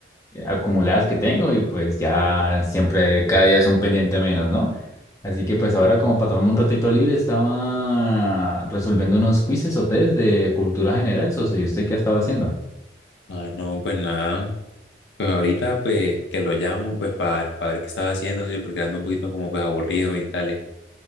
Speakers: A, on the left; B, on the left.
A: eh, acumuladas que tengo y pues ya siempre, cada día es un pendiente menos, ¿no? Así que pues ahora como para tomarme un ratito libre estaba resolviendo unos quizzes o test de cultura general, socio. ¿Y usted qué estaba haciendo?
B: Ah, no, pues nada. Pues ahorita, pues, que lo llamo, pues, para, para ver qué estaba haciendo, socio, porque ando un poquito como, pues, aburrido y tales.